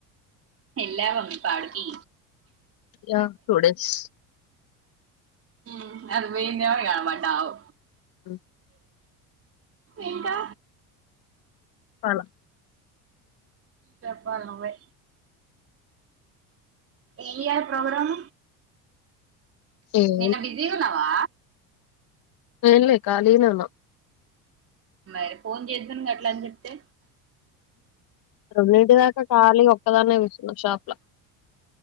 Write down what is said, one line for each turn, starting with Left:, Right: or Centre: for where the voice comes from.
Right: ఏళ్ళవా మీ పాడుకి
Left: యా టూడేస్
Right: హామ్ అది బోయిదో ఇగ పడ్డావ్
Left: హ
Right: ఇంకా
Left: వలా
Right: చెప్పాలనువే ఇయర్ ప్రోగ్రాం
Left: ఏం
Right: నిన్న బిజీగున్నావా?
Left: ఏన్లే ఖాళీనే వున్న
Right: మరి ఫోన్ చేద్దున్ గట్లన్ చెప్తే
Left: రెండింటి దాకా కాలిగా ఒక్కదానే కూసున్న షాప్లా